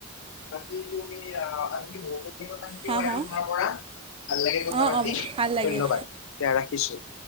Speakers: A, on the left; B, on the right.
A: বাকি তুমি আ, <unintelligible> <unintelligible> কথা শিকিব
B: হা
A: পাৰিলোঁ
B: হা
A: তোমাৰ পৰা, ভাল লাগে কথা
B: অঁ
A: পাতি
B: অঁ ভাল লাগিল
A: ধন্যবাদ, দিয়া ৰাখিছো।